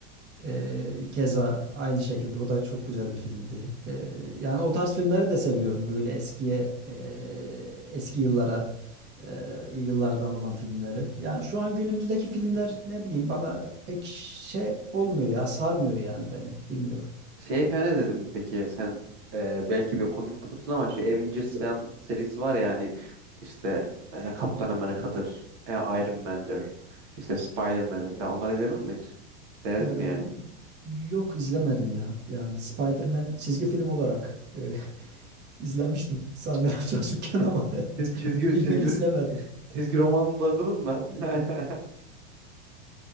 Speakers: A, on the right; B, on the right.
A: Ee, keza aynı şekilde o da çok güzel bir filmdi. Ee, yani o tarz filmleri de seviyorum. Böyle eskiye, e, eski yıllara, e, yıllardan olan filmleri. Yani şu an günümüzdeki filmler ne bileyim bana pek şey olmuyor ya, sarmıyor yani beni. Bilmiyorum.
B: Şey falan izledin mi peki? Sen e, belki bir komik bulursun ama şu Avengers falan serisi var ya hani işte e, Kaptan Amerika'dır, e, Iron Man'dir, işte Spider-Man'dir falan. Onları izledin mi hiç? Denedin
A: Ee,
B: mi yani?
A: yok izlemedim ya. Yani Spider-Man çizgi film olarak e, <laughs> izlemiştim sanırım
B: <laughs>
A: çocukken ama
B: Çiz-
A: <laughs>
B: Çizgi,
A: filmini
B: çizgi,
A: izlemedim.
B: çizgi romanını da okudun mu? <laughs>